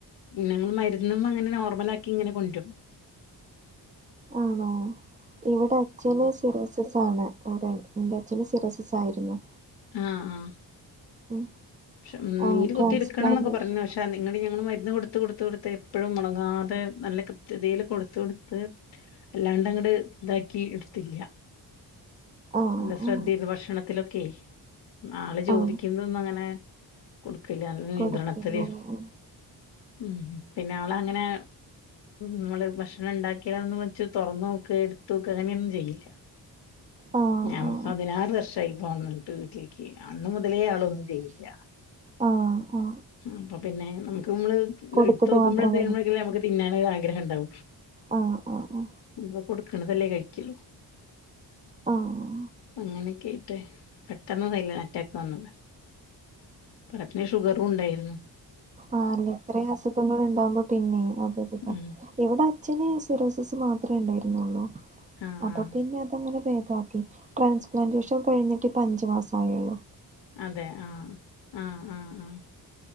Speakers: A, on the left (about 65°); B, on the right (about 20°).
A: ഞങ്ങള് മര്ന്ന്മ്മെ ഇങ്ങനെ നോർമലാക്കി ഇങ്ങനെ കൊൻടും
B: ആണോ ഇവ്ടെ അച്ഛന് സിറോസിസ് ആണ് അതെ ഇൻ്റഅച്ഛന് സിറാേസിസ് ആയിരുന്നു
A: ആഹ് ആഹ്
B: ഉം
A: പക്ഷെ ഉം
B: ആ
A: നീര് കുത്തിയെടുക്കണം
B: ട്രാൻസ്പ്ലാന്റേഷൻ
A: എന്ന്ക്ക പറഞ്ഞ പക്ഷേ ട്ട നിങ്ങള് ഞങ്ങള് മരുന്ന് കൊട്ത്ത് കൊടുത്ത് കൊടുത്ത് എപ്പഴും മുടങ്ങാതെ നല്ല കൃത്യതയിൽ കൊടുത്ത് കൊടുത്ത് ല്ലാണ്ട് അങ്ങട് ഇതാക്കി ഇട്ത്തില്ല
B: ആ
A: അല്ല ശ്രദ്ധന്ന്
B: ആ
A: ഭക്ഷണത്തിലൊക്കെ ആള് ചോദിക്കുന്നൊന്നങ്ങനെ
B: ആ
A: കൊടുക്കില്ല <unintelligible> നിയന്ത്രണത്തില്
B: കൊടുക്കില്ലല്ലേ
A: ഉം പിന്നെ ആള് അങ്ങനെ നമ്മള് ഭക്ഷണം ഇണ്ടാക്കിലാന്നൊന്നും പർ ച്ച് തൊറന്നോക്കേ ഇട്ത്തോക്കേ അങ്ങനെയൊന്നും ചെയ്യില്ല
B: ആ
A: ഞാൻ
B: ആ
A: പതിനാറ് വർഷായിപ്പോ വന്നിട്ട് വീട്ടിലേക്ക് അന്ന് മുതലേ ആളൊന്നും ചെയ്യില്ല
B: ആ ആ
A: അപ്പൊ പിന്നെ നമുക്ക് നമ്മള്
B: കൊടുത്തത്
A: ഇട്ത്ത് നോക്കുമ്പോഴും
B: മാത്രം
A: തിരുമ്പോഴേക്കല്ലേ
B: കഴിക്കും
A: നമുക്ക് തിന്നാനൊരാഗ്രഹം ഇണ്ടാവു
B: ആ ആ ആ
A: ഇപ്പോ കൊട്ക്ക്ണതല്ലേ കഴിക്കല്
B: ആഹ്
A: പ്പ അങ്ങനെയൊക്കായിട്ട് പെട്ടെന്ന് സയില ആറ്റാക് വന്നതാ പിന്നെ ഷുഗറും ഇണ്ടായിരുന്നു
B: ആഹ് അല്ലേ ഇത്രേ അസുഖങ്ങൾ ഇണ്ടാവുമ്പോ പിന്നെ അതൊരുതാ
A: ഉം
B: ഇവിടെ അച്ഛന് സിറോസിസ് മാത്രേ ഇണ്ടായിരുന്നൊള്ളൂ
A: ആഹ്
B: അപ്പൊ
A: ആഹ്
B: പിന്നെ അതങ്ങനെ ഭേദമാക്കി ട്രാൻസ്പ്ലാന്റേഷൻ കഴിഞ്ഞിട്ട് ഇപ്പൊ അഞ്ച് മാസായൊള്ളു
A: അതെ ആഹ് ആഹ് ആഹ് ആഹ്